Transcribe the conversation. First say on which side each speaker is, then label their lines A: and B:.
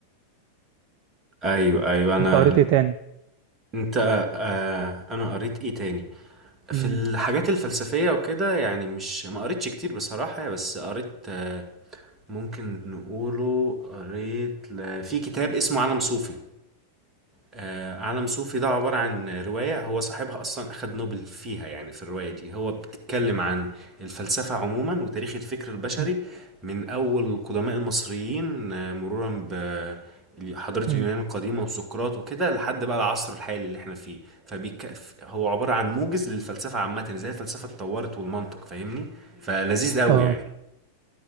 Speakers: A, on the right (about 20°); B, on the right (about 45°).
A: ايوه ايوه انا
B: انت قريت ايه تاني
A: انت آه انا قريت ايه تاني في
B: امم
A: الحاجات الفلسفية وكده يعني مش ما قريتش كتير بصراحة بس قريت آه ممكن نقوله قريت ل... في كتاب اسمه عالم صوفي آه، عالم صوفي ده عبارة عن رواية هو صاحبها أصلا أخد نوبل فيها يعني في الرواية دي هو بتتكلم عن الفلسفة عموما وتاريخ الفكر البشري
B: امم
A: من أول القدماء المصريين آه، مرورا بحضارة
B: امم.
A: اليونان القديمة وسقراط وكده لحد بقى العصر الحالي اللي احنا فيه فبيك... هو عبارة عن موجز للفلسفة عامة ازاي الفلسفة اتطورت والمنطق فاهمني فلذيذ قوي
B: اه
A: يعني